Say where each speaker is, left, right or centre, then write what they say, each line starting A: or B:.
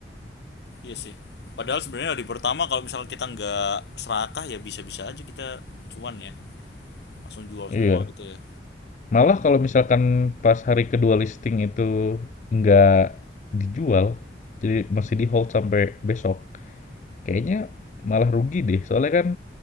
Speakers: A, on the left; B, on the left.
A: iya sih. Padahal sebenarnya hari pertama kalau misalnya kita nggak serakah ya bisa-bisa aja kita cuan ya. langsung jual semua
B: Iya,
A: gitu ya
B: Malah kalau misalkan pas hari kedua listing itu nggak dijual, jadi masih di hold sampai besok, kayaknya malah rugi deh. Soalnya kan